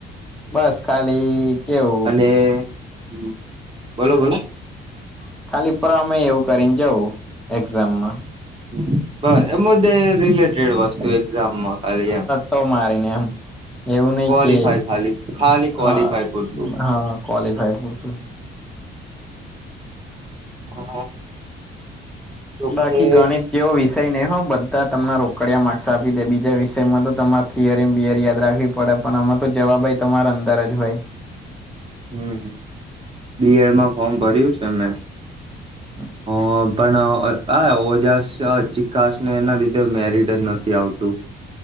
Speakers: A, in the centre; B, on the right.
A: બસ ખાલી કેવુ
B: <unintelligible> હ બોલો બોલો
A: ખાલી પ્રમેય એવું કરીને જઉં એક્ઝામમાં
B: <unintelligible> રિલેટેડ વસ્તુ એક્ઝામમાં ખાલી એમ
A: તો મારીને એમ એવું નઈ
B: ક્વોલિફાય
A: કે
B: ખાલી ખાલી ક્વોલિફાય
A: હ
B: પૂરતું
A: હ ક્વોલિફાય પૂરતુ ન
B: અ ઓકે
A: બાકી ગણિત જેવો વિષય નઇ હો બધા ત તમને રોકડિયા માર્ક્સ આપી દે બીજા વિષયમાં તો તમારે થિયરીને બિયરી યાદ રાખવી પડે પણ આમાં તો જવાબ તમારા અંદર જ હોય
B: હમ્મ બી એડ માં ફોર્મ ભર્યું છે મે
A: <inaudible>
B: હા પણ આ ઓજાસ ચીકાસ ને એના લીધે મેરીડ જ નથી આવતું